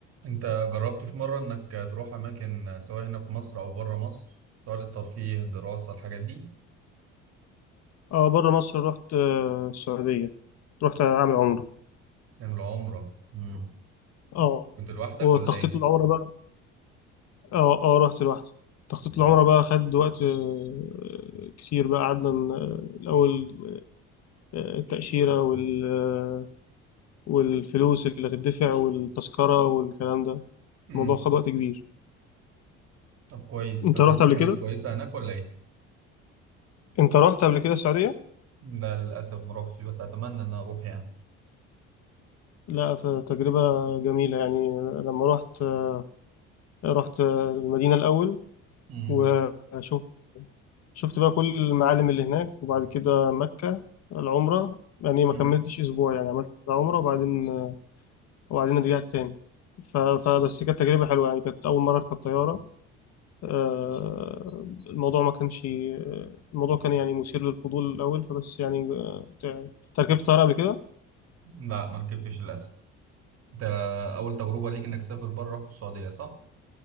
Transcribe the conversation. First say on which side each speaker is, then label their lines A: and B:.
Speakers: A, on the right; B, on the left.
A: انت جربت في مرة انك تروح اماكن سواء هنا في مصر او بره مصر سواء للترفيه دراسة الحاجات دي
B: اه بره مصر رحت آه، السعودية رحت أعمل عمرة
A: تعمل عمرة مم.
B: اه
A: كنت لوحدك
B: والتخطيط
A: ولا ايه
B: العمرة بقى اه اه رحت لوحدي تخطيط العمرة بقى خد وقت آه، كتير بقى قعدنا ن- الأول آه، التأشيرة وال آه، والفلوس اللي هتدفع والتذكرة والكلام ده
A: مم.
B: الموضوع خد وقت كبير
A: طب كويس
B: أنت
A: التجربة
B: رحت قبل
A: كانت
B: كده؟
A: كويسة هناك ولا ايه
B: أنت رحت قبل كده السعودية؟
A: لا للاسف ما روحتش بس اتمنى ان أنا اروح يعني
B: لا فتجربة جميلة يعني لما رحت آه، رحت آه، المدينة الأول
A: مم.
B: وشفت شفت بقى كل المعالم اللي هناك وبعد كده مكة العمرة يعني ما
A: مم.
B: كملتش أسبوع يعني عملت عمرة وبعدين وبعدين رجعت تاني ف- فبس كانت تجربة حلوة يعني كانت أول مرة أركب طيارة آه، الموضوع ما كانش الموضوع كان يعني مثير للفضول الأول فبس يعني آه، تع- تركبت طيارة قبل كده
A: لا ما ركبتش للاسف ده اول تجربة ليك انك تسافر بره رحت السعودية صح